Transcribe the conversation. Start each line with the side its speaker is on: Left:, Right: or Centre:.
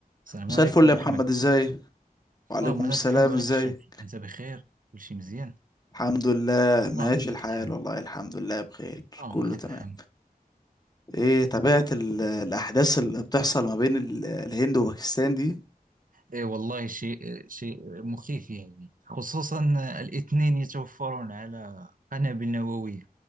Right: السلام
Left: مساء
Right: عليكم
Left: الفل يا
Right: أحمد
Left: محمد ازاي وعليكم
Right: اللهم لك
Left: السلام
Right: الحمد ولك
Left: ازاي
Right: الشكر أنت بخير كل شيء مزيان
Left: الحمد لله
Right: اللهم
Left: ماشي الحال
Right: لك الحمد
Left: والله الحمد لله بخير
Right: اللهم
Left: كله
Right: لك
Left: تمام
Right: الحمد
Left: ايه تابعت ال- الاحداث اللي بتحصل ما بين ال- الهند وباكستان دي
Right: إيه والله شيء شيء مخيف يعني خصوصا الاثنين يتوفرون على قنابل نووية